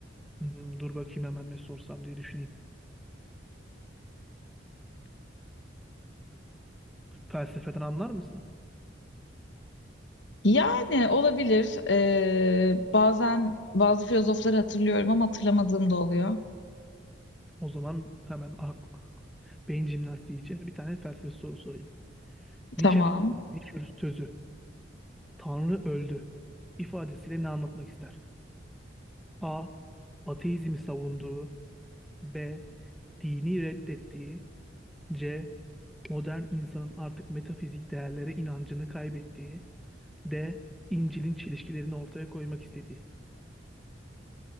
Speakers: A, in the centre; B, on the left (about 65°).
A: hmm, dur bakayım hemen ne sorsam diye düşüneyim. Felsefeden anlar mısın?
B: Yani olabilir. E, bazen bazı filozofları hatırlıyorum ama hatırlamadığım da oluyor.
A: O zaman hemen ak- beyin jimnastiği için bir tane felsefe soru sorayım. Nietzsche'nin
B: Tamam.
A: meşhur sözü Tanrı öldü ifadesiyle ne anlatmak ister? A. Ateizmi savunduğu B. Dini reddettiği C. Modern insanın artık metafizik değerlere inancını kaybettiği D. İncil'in çelişkilerini ortaya koymak istediği.